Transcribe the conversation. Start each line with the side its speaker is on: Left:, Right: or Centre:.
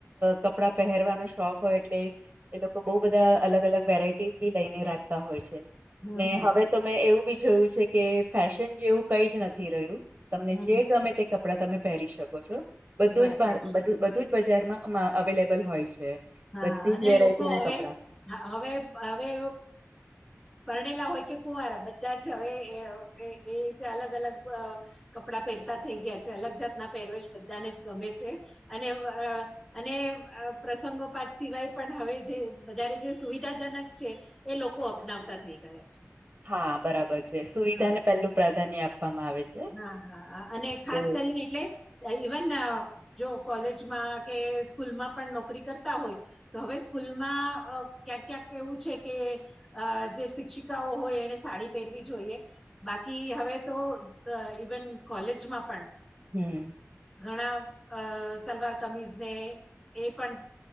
Right: કપડા પહેરવાનો શોખ હોય એ એ લોકો બહ બધા અલગ અલગ વેરાયટીસ બી લઈને રાખતા હોય છે
Centre: હમ
Right: ને
Centre: હમ
Right: હવે તમે એવું બી જોયું છે કે ફેશન જેવું કઈ જ નથી રહ્યું તમને
Centre: હમ
Right: જે ગમે કપડા તમે પહેરી શકો છો બધું
Centre: બરાબર
Right: જ બધું જ બજાર માં અવેલેબલ હોય છે
Centre: હા
Right: બધી
Centre: અને
Right: જ વેરાયટી
Centre: લોકો
Right: ના
Centre: હવે
Right: કપડા
Centre: હવે હવે પરણેલા હોય કે કુવારા બધા જ હવે એ રીતે અલગ અલગ કપડાં પહેરતા થઈ ગયા છે અલગ જાતના પહેરવેેશ બધાને જ ગમે છે અને અને પ્રસંગો પાત સિવાય પણ હવે જે વધારે જે સુવિધાજનક છે એ લોકો અપનાવતા થઈ ગયા ગયા છે
Right: હા બરાબર છે સુવિધાને
Centre: હા
Right: પેલું પ્રાધાન્ય આપવામાં આવે છે
Centre: હા હાા અને ખાસ
Right: કે
Centre: કરીને એટલે ઇવન જો કોલેજમાં કે સ્કૂલમાં પણ નોકરી કરતા હોય તો હવે સ્કૂલમાં ક્યાંક ક્યાંક એવું છે કે અ જે શિક્ષિકાઓ હોય એને સાડી પહેરવી જોઈએ બાકી હવે તો ઇવન કોલેજમાં પણ
Right: હમ
Centre: ઘણા અ સલવાર કમીઝને એ પણ